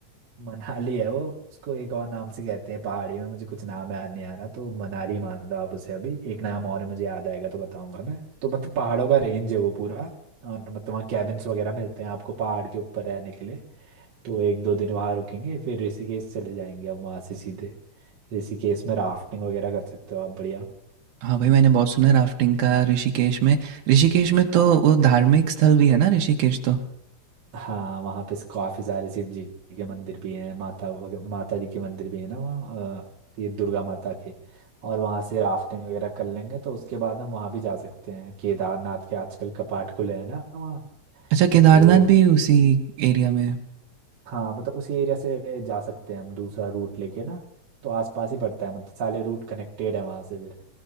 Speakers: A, on the right; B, on the right.
A: मनाली है वो उसको एक और नाम से कहते हैं पहाड़ी में मुझे कुछ नाम याद नहीं आ रहा तो मनाली मान लो आप उसे अभी एक नाम और है मुझे याद आएगा तो बताऊंगा मैं तो मतलब पहाड़ों का रेंज है वो पूरा और मतलब वहाँ कैबिन्स वगैरह मिलते हैं आपको पहाड़ के ऊपर रहने के लिए तो एक दो दिन वहाँ रुकेंगे फिर ऋषिकेश चले जाएंगे अब वहाँ से सीधे ऋषिकेश में राफ्टिंग वगैरह कर सकते हो आप बढ़िया
B: <laughs> हाँ भाई मैंने बहुत सुना है राफ्टिंग का ऋषिकेश में ऋषिकेश में तो वो धार्मिक स्थल भी है ना ऋषिकेश तो
A: हाँ वहाँ पे काफी सारे शिव जी के मंदिर भी हैं माता वग- माता जी के मंदिर भी है ना वहाँ अ, ये दुर्गा माता के और वहाँ से राफ्टिंग वगैरह कर लेंगे तो उसके बाद हम वहाँ भी जा सकते हैं केदारनाथ के आजकल कपाट खुले हैं ना वहाँ
B: अच्छा केदारनाथ
A: तो
B: भी उसी एरिया में है
A: हाँ मतलब उसी एरिया से जा सकते हैं हम दूसरा रूट लेके ना तो आसपास ही पड़ता है मतलब सारे रूट कनेक्टेड है वहाँ से फिर